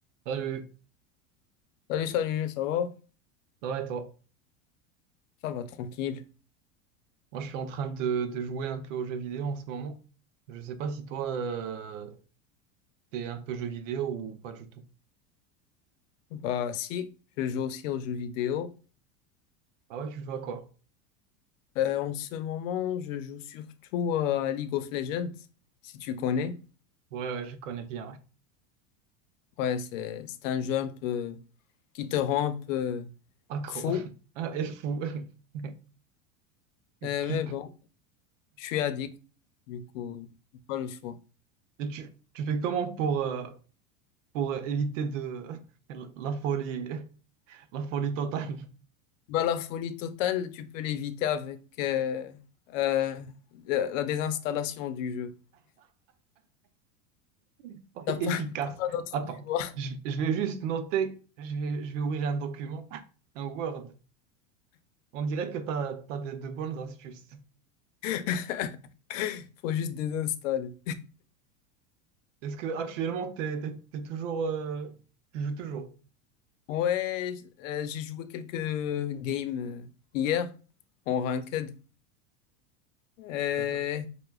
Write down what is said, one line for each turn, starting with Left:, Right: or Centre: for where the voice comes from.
Right: Salut,
Left: Salut, salut, ça va?
Right: ça va et toi?
Left: Ça va, tranquille.
Right: Moi je suis en train de, de jouer un peu aux jeux vidéo en ce moment. Je sais pas si toi euh, t'es un peu jeu vidéo ou pas du tout.
Left: Bah si, je joue aussi aux jeux vidéo.
Right: Ah ouais, tu joues à quoi?
Left: Euh, en ce moment, je joue surtout euh, à League of Legends, si tu connais.
Right: Ouais, ouais, je connais bien, ouais.
Left: Ouais, c'est c'est un jeu un peu qui te rend un peu
Right: Accro.
Left: fou.
Right: <laughs> Ah, et fou. <laughs>
Left: Euh,
Right: Qui-
Left: mais bon, je suis addict, du coup, j'ai pas le choix.
Right: Et tu, tu fais comment pour, euh, pour éviter de <laughs> la folie, la folie totale?
Left: Bah la folie totale, tu peux l'éviter avec euh, euh, la la désinstallation du jeu.
Right: <laughs> C'est
Left: T'as pas,
Right: efficace.
Left: <laughs> t'as pas d'autre
Right: Attends,
Left: choix.
Right: je, je vais juste noter, je vais, je vais ouvrir un document, <laughs> un Word. On dirait que t'as, t'as de de bonnes astuces.
Left: <laughs> Faut juste désinstaller.
Right: Est-ce que actuellement t'es, t'es, t'es toujours euh, tu joues toujours?
Left: Ouais, j- euh, j'ai joué quelques games euh, hier en ranked. Euh,
Right: D'accord.